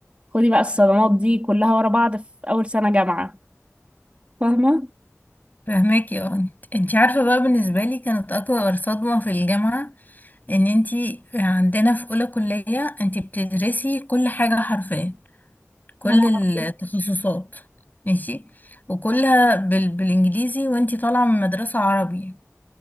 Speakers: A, on the right; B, on the left.
A: خدي بقى الصدمات دي كلها ورا بعض في أول سنة جامعة فاهمة؟
B: <laughs> فهماكي اه انت انتي عارفة بقى بالنسبة لي كانت أكبر صدمة في الجامعة ان انتي عندنا في أولى كلية انتي بتدرسي كل حاجة حرفيا كل
A: يا لهوي
B: التخصصات ماشي وكلها بال... بالإنجليزي وانتي طالعة من مدرسة عربي